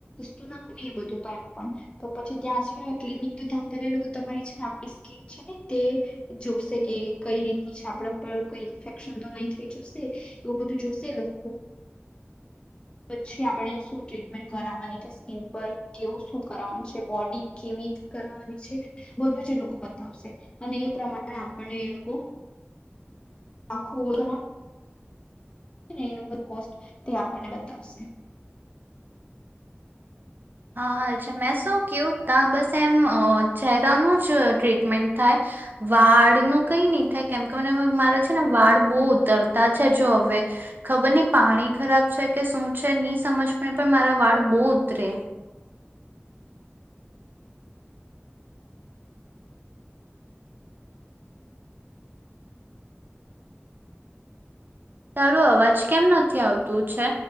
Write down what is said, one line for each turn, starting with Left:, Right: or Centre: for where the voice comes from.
Left: સસ્તું ના હોય ને એ બધું તો એમ પણ તો પછી ત્યાં છે ક્લિનિક તો ત્યાં પહેલા એ લોકો તમારી છે ને આપણી સ્કીિન છે ને તે જોશે કે કઈ રીતની છે આપણા પર કઈ ઇન્ફેક્શન તો નહી થઈ જશે એવું બધું જોશે લોકો પછી આપણે શું ટ્રીટમેન્ટ કરાવવાની છે સ્કીિન પર કેવું શું કરવાનું છે બોડી કેવી કરની છે બધું જ એ લોકો બતાવશે અને એ પ્રમાણે આપણને એ લોકો આખું કોણ તે એનો કોસ્ટ આપણને બતાવશે
Right: હા અચ્છા મેં શું કેવું ત્યા બસ એમ અ ચહેરાનું જ ટ્રીટમેન્ટ થાય વાળ નુ કઈ ની થાય કેમ કે મને મારા છે ને વાળ બો ઉતરતા છે જો હવે ખબર ની પાણી ખરાબ છે કે શું છે ની સમજ પણ મારા વાળ બો ઉતરે તારું અવાજ કેમ નથી આવતું છે.